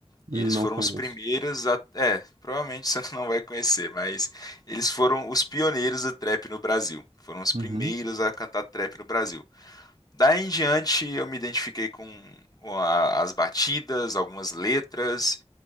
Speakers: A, on the right (about 65°); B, on the left (about 35°).
A: Não
B: E eles foram
A: conheço.
B: os primeiros a. É, provavelmente você <laughs> não vai conhecer, mas eles foram os pioneiros do trap no Brasil. Foram os primeiros
A: Uhum.
B: a cantar trap no Brasil. Daí em diante eu me identifiquei com a- as batidas, algumas letras.